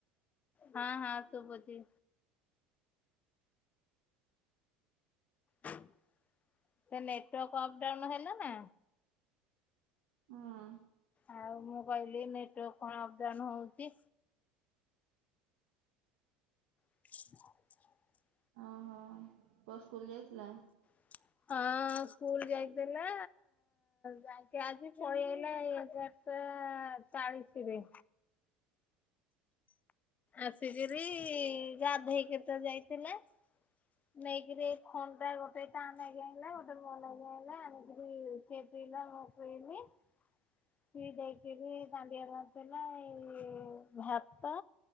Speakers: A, on the left; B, on the right.
A: ହଁ ହଁ ଶୁବୁଚି। ସେ ନେଟୱାର୍କ ଅପ୍ ଡାଉନ୍ ହେଲାନା
B: ହଁ।
A: ଆଉ ମୁଁ କହିଲି ନେଟୱାର୍କ କଁ ଅପଡାଉନ ହଉଚି <inaudible>
B: ଓହୋ ପୁଅ ସ୍କୁଲ୍ ଯାଇଥିଲା।
A: <inaudible> ହଁ ସ୍କୁଲ୍ ଯାଇଥିଲା ଯାଇକି ଆଜି ପଳିଆଇଲା ଏଗାର ଟା ଚାଳିଶିରେ। ଆସିକିରି ଗାଧେଇକିତ ଯାଇଥିଲା ନେଇକିରି ଥଣ୍ଡା ଗୋଟେ ତନାଗି ଆଇଲା ଗୋଟେ ମୋନାଗି ଆଇଲା ଆଣିକିରି ସେ ପିଇଲା ମୁପିଇନି ପିଦେଇକିରି ଦାଡିଆ ମାରିଦେଲା ଏଇ ଭାତ